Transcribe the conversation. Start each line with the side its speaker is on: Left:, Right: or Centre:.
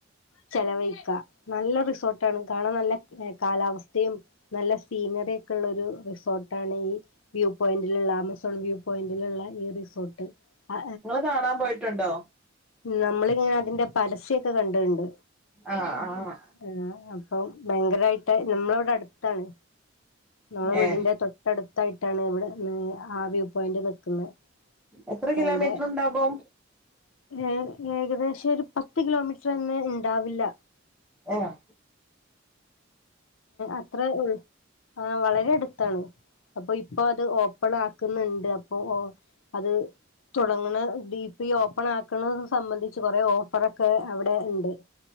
Left: ചെലവഴിക്ക നല്ല റിസോർട്ടാണ് കാണാൻ നല്ല കാലാവസ്ഥയും നല്ല സീനറി ഒക്കെ ഉള്ള ഒരു റിസോർട്ടാണ് ഈ വ്യൂ പോയിന്റിലുള്ള ആമ വ്യൂ പോയിന്റിലുള്ള ഈ റിസോർട്ട് ആ
Centre: നിങ്ങള് കാണാൻ പോയിട്ടുണ്ടോ
Left: നമ്മളി ഇങ്ങനെ അതിന്റെ പരസ്യ ഒക്കെ കണ്ട്ണ്ട്
Centre: ആഹ് ആഹ്
Left: ആഹ അപ്പൊ ഭയങ്കരായിട്ട് നമ്മള് ഇവിടെ അടുത്താണ് നമ്മളെ വീടിന്റെ
Centre: ഏഹ്
Left: തൊട്ടടുത്തായിട്ടാണ് ഇവിടെ ആ വ്യൂ വ്യൂ പോയിന്റ് നിൽക്കുന്നത്
Centre: എത്ര
Left: ഇപ്പൊ
Centre: കിലോമീറ്റർ
Left: അയിന്റെ
Centre: ഉണ്ടാകും
Left: ഏ ഏകദേശം ഒരു പത്ത് കിലോമീറ്റർ തന്നെ ഉണ്ടാവില്ല
Centre: ആഹ്
Left: അത്ര ആ വളരെ അടുത്താണ് അപ്പൊ അപ്പോ അത് ഓപ്പണാക്ക്ന്ന്ണ്ട് അപ്പോ ഓ അത് തൊടങ്ങ്ണെ ഡി ഈ ഓപ്പണാക്കുന്നത് സംബന്ധിച്ച് കൊറേ ഓഫറൊക്കെ അവടെ ഇണ്ട്